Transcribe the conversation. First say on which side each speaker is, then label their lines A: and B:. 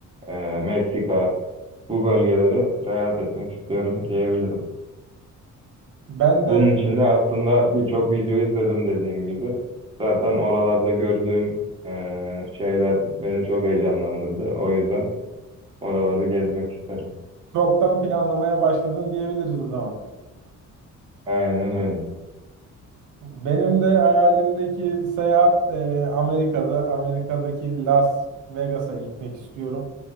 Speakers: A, on the right; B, on the right.
A: e, Meksika bu bölgeleri seyahat etmek istiyorum diyebilirim.
B: Ben
A: Bunun
B: de
A: için de aslında birçok video izledim dediğim gibi. Zaten oralarda gördüğüm e, şeyler beni çok heyecanlandırdı. O yüzden oraları gezmek isterim.
B: çoktan planlamaya başladım diyebiliriz o zaman.
A: Aynen öyle.
B: Benim de hayalimdeki seyahat e, Amerika'da. Amerika'daki Las Vegas'a gitmek istiyorum.